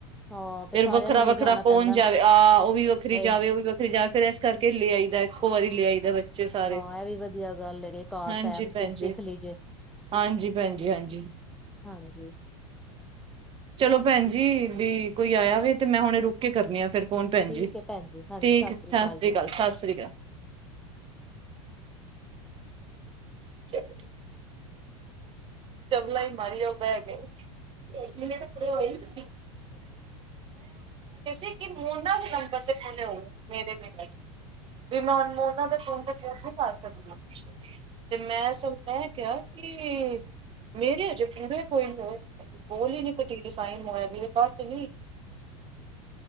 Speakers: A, in the centre; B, on the right (about 30°).
A: ਹਾਂ
B: ਫੇਰ,
A: ਸਾਰਿਆਂ
B: ਵੱਖਰਾ-
A: ਨੂੰ ਨੀ
B: ਵੱਖਰਾ,
A: ਜਾਣਾ
B: ਕੌਣ
A: ਪੈਂਦਾ
B: ਜਾਵੇ।
A: ਨਾ
B: ਆਹ ਉਹ ਵੀ, ਵੱਖਰੀ
A: ਹਏ
B: ਜਾਵੇ, ਉਹ ਵੀ ਵੱਖਰੀ। ਫੇਰ, ਜਾਂ ਇਸ ਕਰਕੇ ਲੈ ਆਈ ਦਾ। ਇੱਕੋ ਵਾਰੀ ਲੈ ਆਈਦਾ। ਬੱਚੇ ਸਾਰੇ
A: ਹਾਂ, ਇਹ ਵੀ ਵਧੀਆ, ਗੱਲ ਹੈ। ਕਾਰ
B: ਹਾਂਜੀ
A: ਟੈਮ
B: ਭੈਣ
A: ਸਿਰ
B: ਜੀ,
A: ਸਿੱਖ ਲੀਜੇ।
B: ਹਾਂਜੀ, ਭੈਣਜੀ, ਹਾਂਜੀ।
A: ਹਾਂਜੀ।
B: ਚਲੋ ਭੈਣ ਜੀ ਵੀ ਕੋਈ ਆਇਆ ਵ ਤੇ ਮੈਂ ਹੁਣੇ ਰੁਕ ਕੇ ਕਰਨੀ ਆ ਫਿਰ ਫੋਨ ਭੈਣ
A: ਠੀਕ
B: ਜੀ
A: ਹੈ ਭੈਣ ਜੀ ਹਾਂਜੀ
B: ਠੀਕ ਸਤਿ ਸ੍ਰੀ
A: ਜੀ
B: ਅਕਾਲ ਸਤਿ ਸ੍ਰੀ ਅਕਾਲ ਸ ਠੀਕ ਚਾਵਲਾ ਹੀ ਮਾਰੀ ਜਾਓ ਬਹਿ ਗਏ ਉਹ ਕਹਿ, ਰਿਹਾ ਸੀ ਕਿ, ਮ ਨਾ। ਸੱਲ ਹੋਏ ਮੇਰੇ ਮੇਲੇ ਵੀ ਮੈ ਉਹਨਾਂ, ਦੇ ਫੋਨ ਤੇ, ਕਿਹਾ ਸੀ, ਘਰ ਚੜਣਾ। ਤੇ ਮੈਂ, ਸ ਐ ਕਿਹਾ ਕਿ। ਮੇਰੇ ਅਜੇ, ਪੂਰੇ ਕੋਈ, ਨੂੰ ਕੋਲ ਹੀ ਨ ਕੁਟੀਰੀ <unintelligible> ਸਾਈ ਮੋ ਦੀ ਘੱਟ ਨ